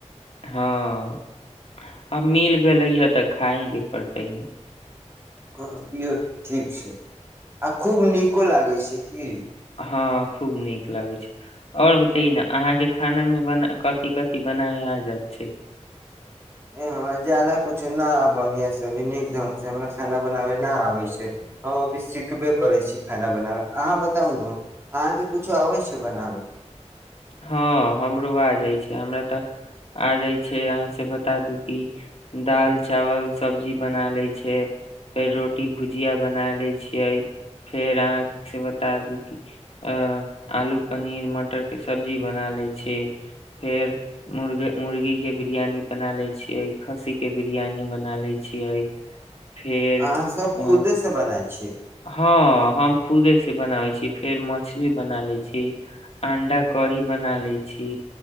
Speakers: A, on the left; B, on the right.
A: हँ आ मिल गेले हे तऽ खाइ के पड़त तय
B: हँ इहो ठीक छैय आ खूब नीको लागै छैय की
A: हँ खूब नीक लगै छैय और बतेय न अहाँ के खाना मे बना कथी कथी बनाय आ जायत
B: हमरा ज्यदा कुछु न बढ़िआ सँ अभी नीक ढंग सँ हमरा खाना बनाबय ना आबै छैय हम अभी सिखबे करै छी खाना बनाबै अहाँ बताउ ने अहाँके किछो आबै छैय बनाबै
A: हँ हमरो आए जाइ छैय हमरा तऽ आ जाइ यहाँ से बता दू की दाल चावल सब्जी बना लै छै फेर रोटी भुजिया बना लै छियै फेर अहाँ से बता दू कु अ आलू पनीर मटर बना लए छियै फेर मुर मुर्गी के बिरियानी बना लए छियै खस्सी के बिरियानी बना लए छियै फेर
B: अहाँ सब
A: अ
B: खुदे से बनाय छियै
A: हँ हम खुदे से बनाबै छी फेर मछली बना लै छी अंडा कढ़ी बना लै छी